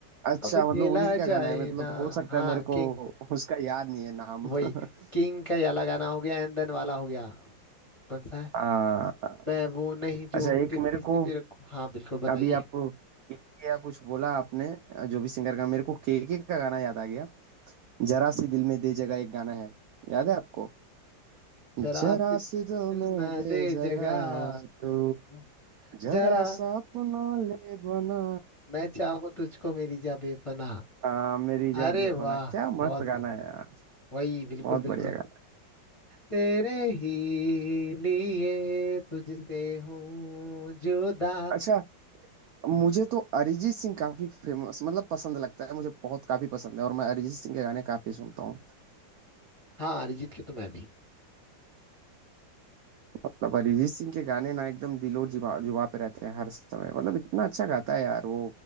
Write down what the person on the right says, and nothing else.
अच्छा
मतलब उन्हीं का
गाना है मतलब
हो सकता
है मेरे को
उसका याद नहीं है नाम
<laughs>
हाँ
अच्छा एक
मेरे
को
अभी आप इसके या कुछ बोला आपने जो भी सिंगर का मेरे को केके का गाना याद आ गया जरा सी दिल में दे जगह एक गाना है याद है आपको
जरा
सी दिल
में
दे
जगह
तू
जरा
सा अपना ले बना
आ, मेरी जा
बेपना
क्या
मस्त गाना
है यार
बहुत
बढ़िया गाना
अच्छा मुझे तो अरिजीत सिंह काफी फेमस मतलब पसंद लगता है मुझे बहुत काफी पसंद है और मैं अरिजीत सिंह के गाने काफी सुनता हूँ
मतलब अरिजीत सिंह के गाने ना एकदम दिलो जुबा जुबा पे रहते हैं हर समय मतलब इतना अच्छा गाता है यार वो